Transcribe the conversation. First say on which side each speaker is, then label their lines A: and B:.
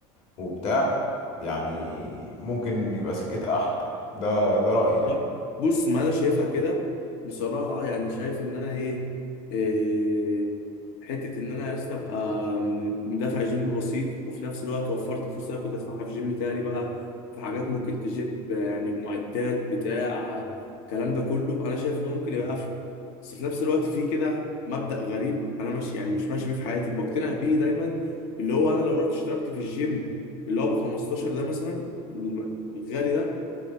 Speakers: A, on the left; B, on the left.
A: وبتاع يعني ممكن يبقى سكتها احلى يعني. ده ده رأيي يعني
B: لا بص ما انا شايفها كده بصراحه يعني شايف ان انا ايه, إيه حته ان انا يا اسطى ابقى مدافع جيم بسيط وفي نفس الوقت وفرت الفلوس اللي أنا كنت ادفعها في جيم تاني بقى في حاجات ممكن تجيب يعني معدات بتاع الكلام ده كله انا شايف انه ممكن يبقى افيد بس في نفس الوقت في كده مبدأ غريب انا ماشي يعني مش ماشي بيه في حياتي بقتنع بيه دايما اللي هو انا لو رحت اشتركت في الجيم اللي هو ب 15 ده مثلا الغالي ده